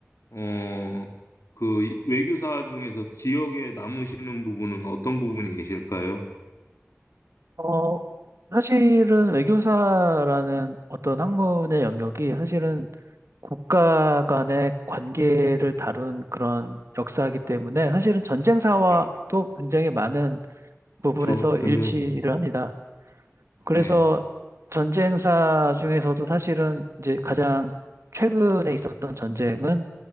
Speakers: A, on the left; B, on the right.
A: 어, 그, 외교사 중에서 기억에 남으시는 부분은 어떤 부분이 계실까요?
B: 어, 사실은 외교사라는 어떤 학문의 영역이 사실은 국가 간의 관계를 다룬 그런 역사이기 때문에 사실은 전쟁사와도
A: 예,
B: 굉장히 많은 부분에서
A: 저, 전쟁
B: 일치를
A: 선생님.
B: 합니다. 그래서
A: 예,
B: 전쟁사 중에서도 사실은 이제 가장 최근에 있었던 전쟁은